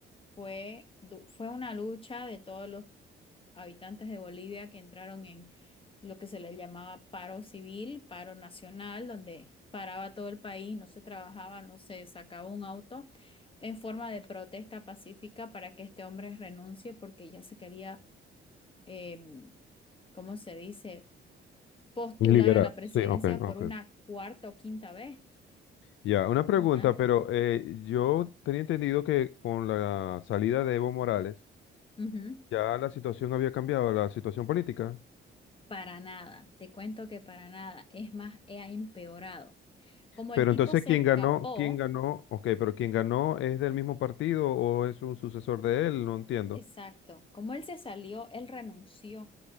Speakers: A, on the left (about 25°); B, on the left (about 75°).
A: fue, du- fue una lucha de todos los habitantes de Bolivia que entraron en lo que se les llamaba paro civil, paro nacional, donde paraba todo el país, no se trabajaba, no se sacaba un auto, en forma de protesta pacífica para que este hombre renuncie porque ya se quería, em, ¿cómo se dice?, postular
B: Liberar,
A: a la presidencia
B: sí, ok, ok.
A: por una cuarta o quinta vez.
B: Ya, una pregunta,
A: Imagínate.
B: pero eh, yo tenía entendido que con la salida de Evo Morales,
A: Ujú.
B: Ya la situación había cambiado, la situación política.
A: Para nada, te cuento que para nada, es más, ha empeorado. Como
B: Pero
A: el tipo
B: entonces,
A: se
B: ¿quién
A: escapó,
B: ganó? ¿Quién ganó? Ok, pero ¿quién ganó es del mismo partido o es un sucesor de él? No entiendo.
A: Exacto. Como él se salió, él renunció,